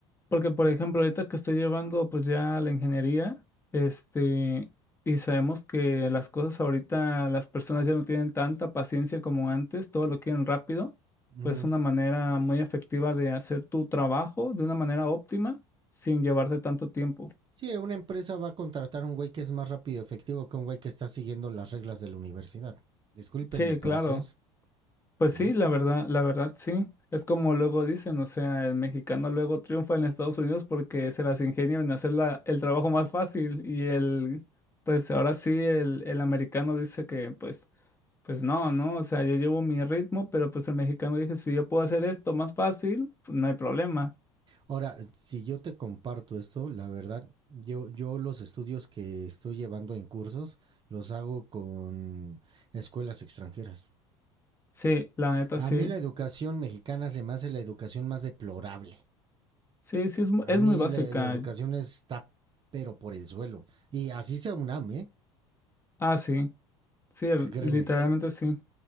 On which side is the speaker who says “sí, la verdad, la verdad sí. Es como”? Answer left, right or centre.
Left